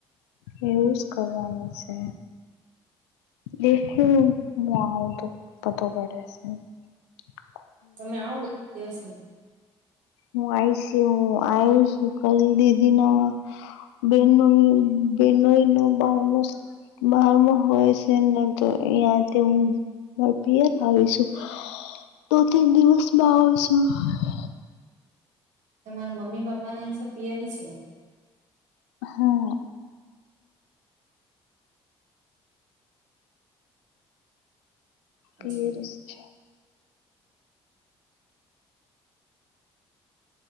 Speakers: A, on the left; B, on the right.
A: એવુંજ કરવાનું છે દેખું મા તો પતો કર્યા છે <unintelligible>
B: તમે આવો કે દિવસ <unintelligible>
A: હું આયશ હું આવું છું કલ દીદીી નવા <unintelligible> બેનોઈ બેનોઈ ન બહ <unintelligible> બારમાં છેને તો યાતે <unintelligible> મા પીય આવીશું દ તન દિવસમાં આવશું <unintelligible>
B: તમારે મમ્મી પપ્પા ને એ સબ પિયરી છે.
A: હા.
B: પછી
A: પેરિસ છે.